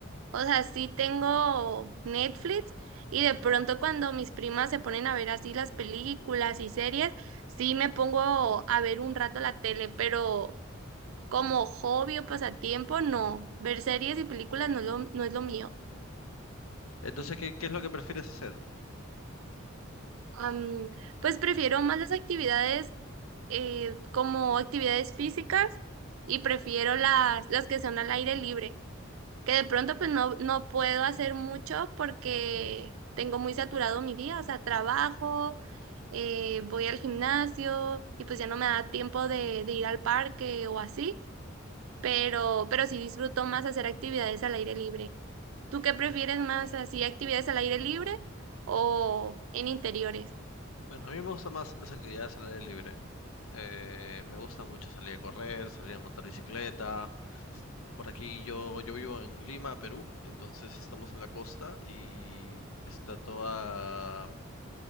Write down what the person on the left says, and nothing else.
Entonces, ¿qué, qué es lo que prefieres hacer?
Bueno, a mí me gustan más las actividades al aire libre. Eh, me gusta mucho salir a correr, salir a montar bicicleta. Por aquí yo, yo vivo en Lima, Perú, entonces estamos en la costa y está toda,